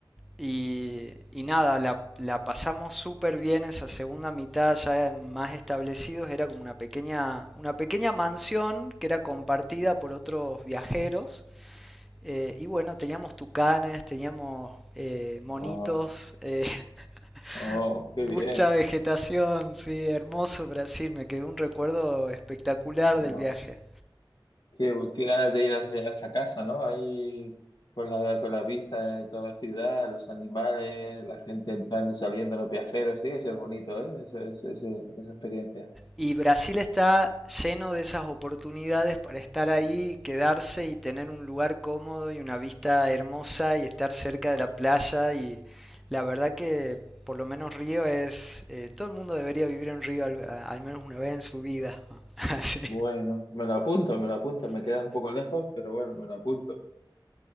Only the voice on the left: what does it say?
Oh,
oh,
qué bien.
Oh,
qué, qué ganas de ir a, ese- a esa casa, ¿no? Ahí con la, con la vista de toda la ciudad, los animales, la gente entrando y saliendo, los viajeros. Tiene que ser bonito, ¿eh? Ese- ese- ese- esa experiencia.
Bueno, me lo apunto, me lo apunto. Me queda un poco lejos, pero bueno, me lo apunto.